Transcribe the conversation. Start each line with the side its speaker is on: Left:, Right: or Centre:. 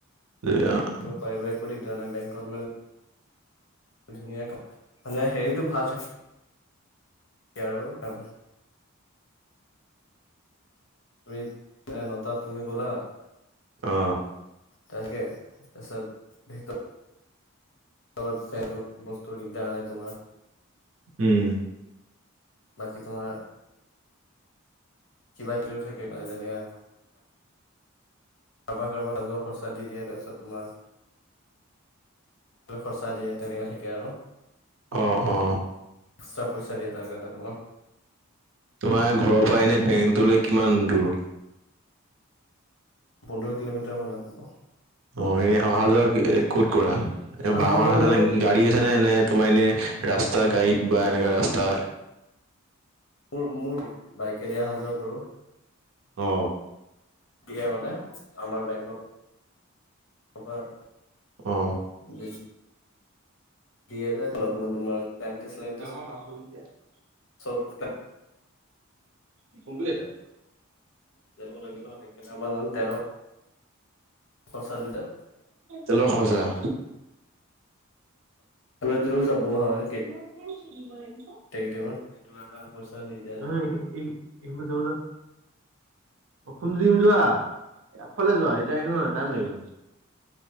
Right: এ
Left: দিব পাৰিবা একো দিগদাৰ নাই, বেংকত মানে ধুনীয়াক, মানে হেৰিটো ভাল থা কে আৰু। তুমি মানে নটাত তুমি গ'লা।
Right: অঁ
Left: তাকে, তাৰপিছত ভিত ৰত ফে বস্তু দিগদাৰ নাই তোমাৰ।
Right: উম।
Left: বাকী তোমৰ, কিবা কিবিও থাকে মানে যেনেকা কাৰোব কাৰোবা ৰাজৰ পইছা দি দিয়ে তাৰপিছত তোমাৰ খৰচা দিয়ে তেনেকে থাকে আৰু
Right: অ অ।
Left: এক্সট্ৰা পইচা দিয়ে তাৰ কাৰণে তোমাৰ
Right: তোমাৰ ঘৰৰ পৰা এনে বেংটোলৈ কিমান দূৰ?
Left: পোন্ধৰ কিলোমিটাৰ মান হ'ব।
Right: অ এনেই অহা যোৱা ক'ত কৰা?
Left: অহা
Right: বাহন
Left: যোৱা মোৰ
Right: গাড়ী আছে নে নে তোমাৰ এনে ৰাস্তা গাড়ীত বা এনেকুৱা ৰাস্তা
Left: মোৰ-মোৰ বাইকে দিয়া অহা যোৱা কৰো।
Right: অ।
Left: বিয়া মানে আমাৰ বেংক <inaudible>
Right: অ
Left: <inaudible> দুইহেজাৰ অলপ মান তোমাৰ পেনটিন্সলাইন
Right: <unintelligible>
Left: <unintelligible>
Right: <unintelligible>
Left: <unintelligible> তেলৰ খৰচা দুটা
Right: তেলৰ খৰচা
Left: দূৰত দূৰত যাব হয় কে
Right: <unintelligible>
Left: কেতিয়াবা কেতিয়াবা সেইটো কাৰণ আৰু পইচা নিদিয়া
Right: <unintelligible> আগফালে যোৱা এতিয়া নহয় টাইম লাগিব।